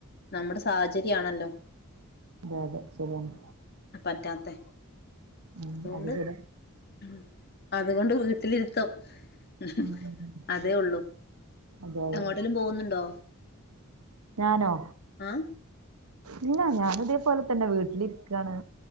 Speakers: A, on the left; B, on the right.
A: നമ്മുടെ സാഹചര്യാണല്ലോ
B: ബാഗ് ശെരിയാണ്
A: പറ്റാത്തെ
B: ഉം
A: അതു കൊണ്ട്
B: അത് ശരിയാ
A: മ് അതുകൊണ്ട് വീട്ടിലിരുത്തം ഇഹ്
B: ഉം ഉം ഉം.
A: അതേ ഒള്ളൂ
B: അതെ അതെ
A: എങ്ങോട്ടേ ങ്കിലും പോകുന്നുണ്ടോ
B: ഞാനോ
A: ആഹ്
B: ഇല്ല ഞാനും ഇതേപോലെ തെന്നെ വീട്ടിലിരിക്കാണ്